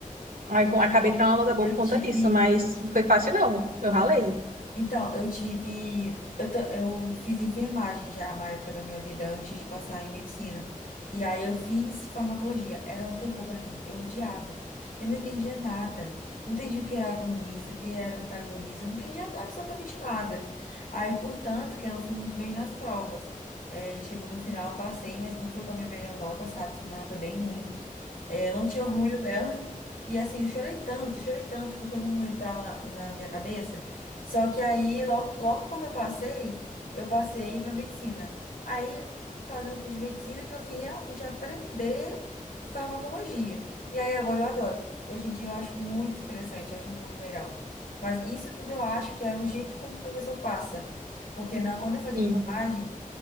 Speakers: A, on the right; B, on the left.
A: Aí eu
B: Então,
A: acabei tirando uma nota boa
B: eu
A: por conta
B: tive.
A: disso, mas não foi fácil, não. Eu ralei.
B: Então, eu tive. Eu, ta- eu fiz enfermagem já uma época da minha vida, antes de passar em medicina. E aí eu fiz farmacologia. Era um terror pra mim. Eu odiava. Eu não entendia nada. Não entendia o que era agonista, o que era antagonista. Eu Não entendia absolutamente nada. Aí, portanto, que eu não fui muito bem nas provas. É, chegou no final, eu passei, mas não foi com a minha melhor nota, sabe? Foi uma nota bem ruim. É, eu não tinha orgulho dela. E assim, eu chorei tanto, chorei tanto, porque não entrava na, na minha cabeça. Só que aí, logo, logo quando eu passei, eu passei para medicina. Aí, fazendo curso de medicina, que eu fui realmente aprender farmacologia. E aí, agora eu adoro. Hoje em dia, eu acho muito interessante, acho muito legal. Mas isso tudo eu acho que é o jeito como o professor passa. Porque na, quando eu fazia
A: Sim.
B: enfermagem,